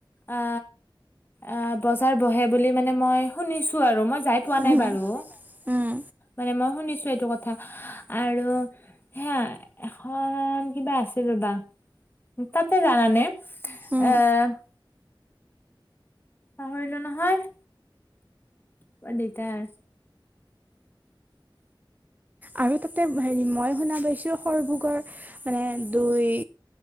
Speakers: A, on the left (about 25°); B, on the right (about 20°).
A: আ অ' বজাৰ বহে বুলি মানে মই শুনিছো আৰু মই যাই পোৱা নাই
B: উম,
A: বাৰু।
B: উম,
A: মানে মই শুনিছো এইটো কথা, আৰু সেয়া এখন, কিবা আছিল ৰ'বা! তাতে জানানে?
B: উম।
A: আহ। পাহৰিলো নহয়, বৰ দিগদাৰ।
B: আৰু তাতে হেৰি মই শুনা পাইছোঁ, সৰভোগৰ মানে দৈ,